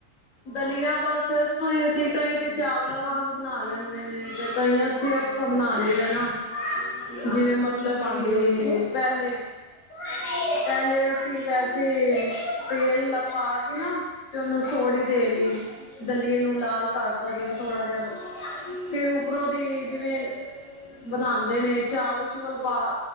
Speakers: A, on the left; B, on the left.
A: ਦਲੀਆ ਬਸ ਤਹੀ ਅਸੀਂ ਕਈ ਤੇ ਚਾਵਲਾਂ ਵਾਂਗੂ ਬਣਾ ਲੈਂਦੇ ਨੇ ਤੇ ਕਈ ਫੇਰ ਬਣਾ ਲਈਦਾ ਨਾ,
B: <inaudible>
A: ਜਿਵੇਂ ਮਤਲਬ
B: ਕੀ-ਕੀ ਪਾਂਦੇ
A: ਕਿ
B: ਓ ਵਿੱਚ?
A: ਪਹਿਲੇ ਪਹਿਲੇ ਅਸੀਂ ਵੈਸੇ ਤੇਲ ਪਾ ਕੇ ਨਾ ਤੇ ਉਹਨੂੰ ਸੋਹੜੀ ਦੇ ਲਈ ਦਲੀਏ ਨੂੰ ਲਾਲ ਕਰਤਾ ਜਿਵੇਂ ਥੋੜਾ ਜਿਹਾ, ਫੇਰ ਉਪਰੋਂ ਦੀ ਜਿਵੇਂ ਬਣਾਉਂਦੇ ਨੇ ਚਾਵਲ-ਚੂਵਲ ਪਾ,